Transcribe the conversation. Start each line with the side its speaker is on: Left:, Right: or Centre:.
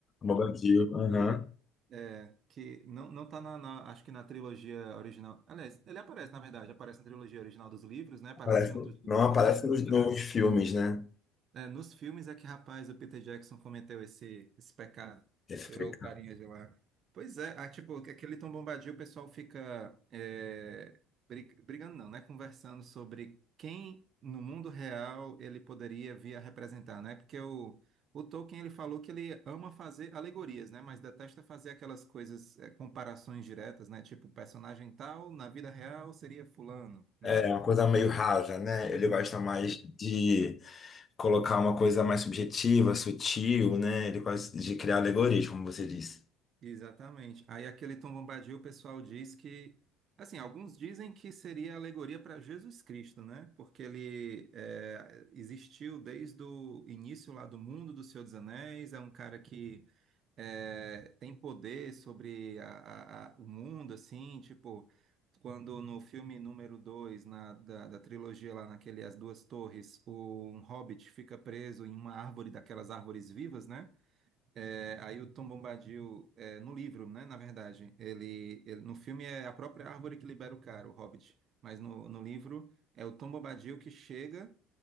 Left: Bobadil,
Right: que
Left: aham.
Right: é, que não não tá na, na- acho que na trilogia original. Aliás, ele aparece, na verdade, aparece na trilogia original dos livros, né? Aparece
Left: Aparece,
Right: em outros livros
Left: não aparece
Right: também,
Left: nos,
Right: separados.
Left: nos filmes, né?
Right: É, nos filmes é que, rapaz, o Peter Jackson cometeu esse, esse pecado.
Left: Esse
Right: Tirou
Left: fica-
Right: o carinha de lá. Pois é, ah, tipo, aquele Tom Bombadil, o pessoal fica é, brig- brigando, não, né? Conversando sobre quem no mundo real ele poderia vir a representar, né? Porque o, o Tolkien, ele falou que ele ama fazer alegorias, né? Mas detesta fazer aquelas coisas, é, comparações diretas, né? Tipo, personagem tal, na vida real seria fulano, né?
Left: É é uma coisa meio rasa, né? Ele gosta mais de colocar uma coisa mais subjetiva, sutil, né? Ele quase de criar alegoria, como você disse.
Right: Exatamente. Aí aquele Tom Bombadil, o pessoal diz que, assim, alguns dizem que seria alegoria para Jesus Cristo, né? Porque ele é, existiu desde o início lá do mundo do Senhor dos Anéis, é um cara que é, tem poder sobre a- a- a- o mundo, assim, tipo, quando no filme número 2 na, da, da trilogia lá naquele As Duas Torres, o, um hobbit fica preso em uma árvore daquelas árvores vivas, né? É, aí o Tom Bombadil, é, no livro, né, na verdade, ele, ele- no filme é a própria árvore que libera o cara, o Hobbit, mas no, no livro é o Tom Bombadil que chega